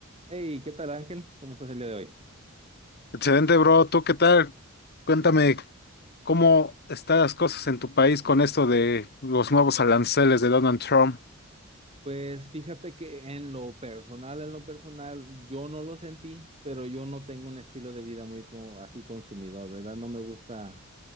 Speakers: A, on the right; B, on the left.
A: Hey, ¿qué tal Ángel? ¿Cómo estás el día de hoy?
B: Excelente, bro. ¿Tú qué tal? Cuéntame
A: Eh, no-
B: cómo
A: no-
B: están las cosas en tu país con esto de los nuevos aranceles de Donald Trump.
A: Pues fíjate que en lo personal, en lo personal, yo no lo sentí, pero yo no tengo un estilo de vida muy co- así consumidor, ¿verdad? No me gusta,